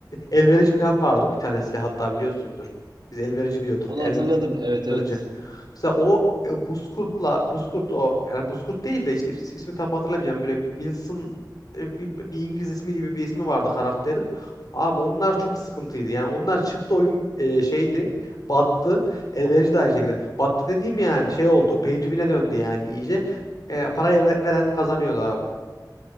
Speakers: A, on the left; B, on the right.
A: E, Elverici falan vardı bir tane silah hatta biliyorsundur. Biz elverici diyorduk.
B: Onu
A: Elverici.
B: hatırladım evet evet.
A: Mesela o e, Buzkurt'la Buzkurt o yani Buzkurt değil de işte is- ismi tam hatırlamayacağım. Böyle Wilson e, bir, bir İngiliz ismi gibi bir ismi vardı karakterin. Abi onlar çok sıkıntıydı. Yani onlar çıktı oyun e, şeydi. Battı. Elverici de aynı şekilde. Battı dediğim yani şey oldu. Pay to win'e döndü yani iyice. E, parayı ve- veren kazanıyordu abi.